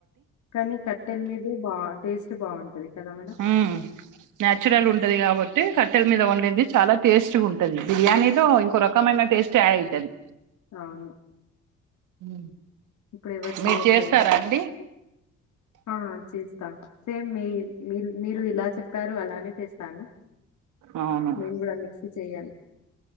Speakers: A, on the left; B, on the right.
A: కానీ కట్టెల మీద బా టేస్ట్ బావుంటది కదా మేడం?
B: మ్మ్ న్యాచురల్
A: హుహు.
B: ఉంటది కాబట్టి కట్టెల మీద వండింది చాలా టేస్ట్ గా ఉంటది బిర్యానీ లో ఇంకో రకమైన టేస్ట్ యాడ్ అయితది
A: అవును
B: హు
A: ఇప్పుడెవరు చేయట్లేదు.
B: మీరు చేస్తారా అండి
A: ఆ చేస్తా సేమ్ మీ మీ మీరు ఇలా చెప్పారో అలానే చేస్తాను
B: అవును
A: నేను గూడా మిక్సీ చెయ్యను.